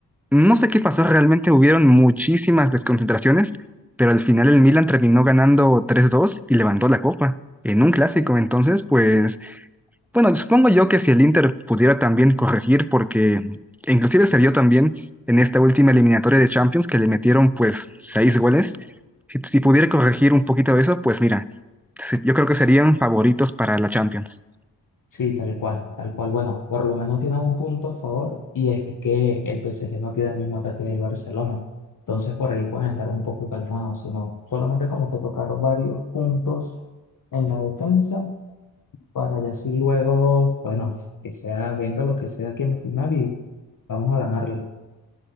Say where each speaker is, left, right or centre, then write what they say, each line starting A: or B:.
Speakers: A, in the centre; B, on the left.
A: No sé qué pasó, realmente hubieron muchísimas desconcentraciones, pero al final el Milan terminó ganando 3 dos y levantó la copa en un clásico. Entonces, pues bueno, supongo yo que si el Inter pudiera también corregir, porque inclusive se vio también en esta última eliminatoria de Champions que le metieron pues seis goles. Si, si pudiera corregir un poquito eso, pues mira, se- yo creo que serían favoritos para la Champions.
B: Sí, tal cual, tal cual. Bueno, por lo menos tienen un punto a favor y es que el PSG no tiene el mismo ataque del Barcelona. Entonces por ahí pueden estar un poco calmados, sino solamente como que tocar varios puntos en la defensa para ya así luego, bueno, que sea, venga lo que sea aquí en la final y vamos a ganarle.